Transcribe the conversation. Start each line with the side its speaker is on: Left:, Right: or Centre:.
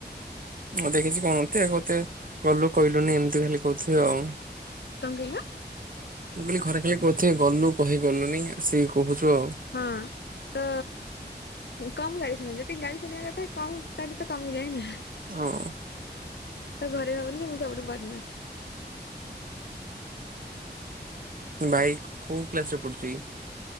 Right: ହଁ ଦେଖିଛି କଣତ କତେ ଗଲୁ କହିଲୁନି ଏମିତି ଖାଲି କହୁଥି ଆଉ।
Left: କଂକଇଲ <unintelligible>
Right: ମୁଁ କହିଲି ଘରେ ଖାଲି କହୁଥିବେ ଗଲୁ କହିଗଲୁନି ଆସିକି କହୁଛୁ ଆଉ।
Left: ହଁ ତ କମ ଗାଳିଶୁଣ ଯେତିକି ଗାଳି ଶୁଣିବା କଥା କମ ତାଠୁ ତ କମିଯାଏନା।
Right: ହଁ
Left: ତ ଘରେ ଭାବନ୍ତି ମୁଁ ସବୁଠୁ ବଦମାସ।
Right: ଭାଇ କୋଉ କ୍ଲାସ ରେ ପଢୁଛି କି?